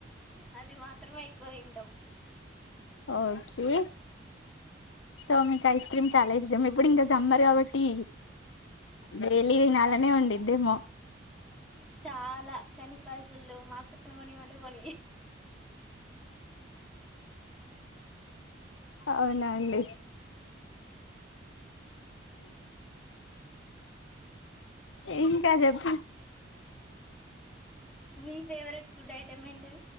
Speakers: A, in the centre; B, on the left.
A: అది మాత్రమే ఎక్కువ తింటాం
B: ఓకే సో మీకు ఐస్ క్రీమ్ చాలా ఇష్టం ఇప్పుడు ఇంకా సమ్మర్ కాబట్టి డైలీ దీ నాలనే ఉండిద్దేమో
A: చాలా కనిపాయసులు మాకు నువు నేను అటుకుని
B: అవునాండి ఇంకా చెప్ప
A: వి ఫేవరెట్ ఫుడ్ ఐటమ్ ఏంటిది